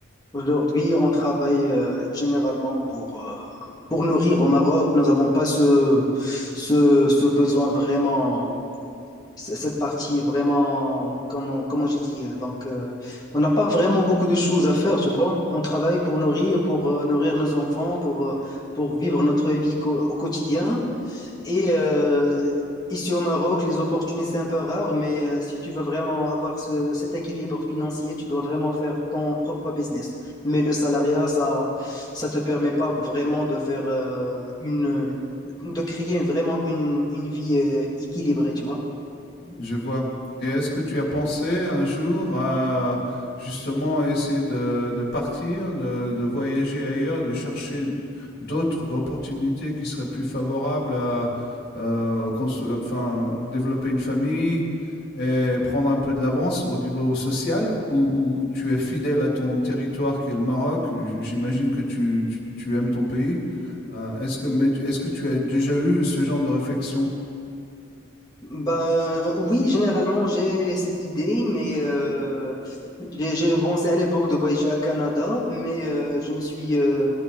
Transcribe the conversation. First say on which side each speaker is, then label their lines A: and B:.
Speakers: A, on the left; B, on the left.
A: Aujourd'hui, on travaille euh, généralement pour, euh, pour nourrir au Maroc. Nous n'avons pas ce, ce, ce besoin vraiment, c- cette partie vraiment, comment, comment j'ai dit. euh, Donc, euh, on n'a pas vraiment beaucoup de choses à faire, tu vois. On travaille pour nourrir, pour euh, nourrir nos enfants, pour, euh, pour vivre notre vie co- au quotidien. Et euh, ici au Maroc, les opportunités, c'est un peu rare, mais euh, si tu veux vraiment avoir ce- cet équilibre financier, tu dois vraiment faire ton propre business. Mais le salariat, ça ça te permet pas vraiment de faire euh, une, de créer vraiment une, une vie euh, équilibrée, tu vois.
B: Je vois. Et est-ce que tu as pensé un jour à justement essayer de, de partir, de, de voyager ailleurs, de chercher d'autres opportunités qui seraient plus favorables à euh, constru- enfin, développer une famille et prendre un peu de l'avance au niveau social, où, où- où tu es fidèle à ton territoire qui est le Maroc. J- J'imagine que tu, tu- tu aimes ton pays. Euh, est-ce que, mais est-ce que tu as déjà eu ce genre de réflexion?
A: Bah, oui, généralement, j'ai cette idée, mais euh, j'ai j'ai pensé à l'époque de voyager à Canada, mais euh, je me suis, euh,